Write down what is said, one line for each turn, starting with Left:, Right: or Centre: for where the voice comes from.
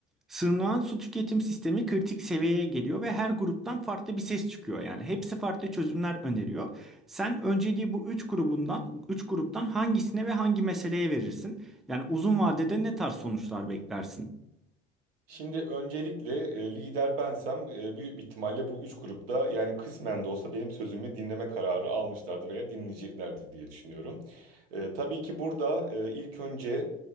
Centre: Sığınağın su tüketim sistemi kritik seviyeye geliyor ve her gruptan farklı bir ses çıkıyor. Yani hepsi farklı çözümler öneriyor. Sen önceliği bu üç grubundan, üç gruptan hangisine ve hangi meseleye verirsin? Yani uzun vadede ne tarz sonuçlar beklersin?
Right: Şimdi öncelikle e, lider bensem e, büyük bir ihtimalle bu üç grupta yani kısmen de olsa benim sözümü dinleme kararı almışlardı veya dinleyeceklerdir diye düşünüyorum. E, tabii ki burada e, ilk önce